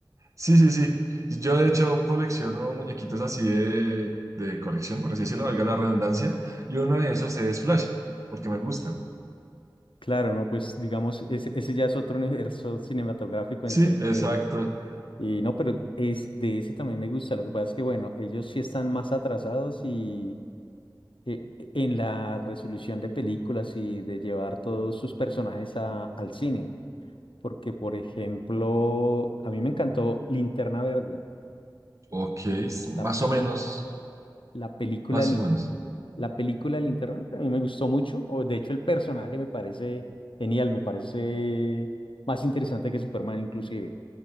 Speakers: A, on the right; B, on the left.
A: sí, sí, sí. Yo de hecho colecciono muñequitos así de, de colección, por así decirlo, valga la redundancia, y uno de esos es Flash, porque me gusta.
B: Claro, no, pues digamos, ese, ese ya es otro universo cinematográfico,
A: Sí,
B: entonces.
A: exacto.
B: Y no, pero es de ese también me gusta. Lo que pasa es que, bueno, ellos sí están más atrasados y eh, en la resolución de películas y de llevar todos sus personajes a- al cine. Porque, por ejemplo, a mí me encantó Linterna Verde,
A: Ok, s- más
B: la peli,
A: o menos,
B: la película,
A: más
B: de Lin-
A: o menos.
B: la película de Linterna Verde, a mí me gustó mucho. O, de hecho, el personaje me parece genial, me parece más interesante que Superman, inclusive.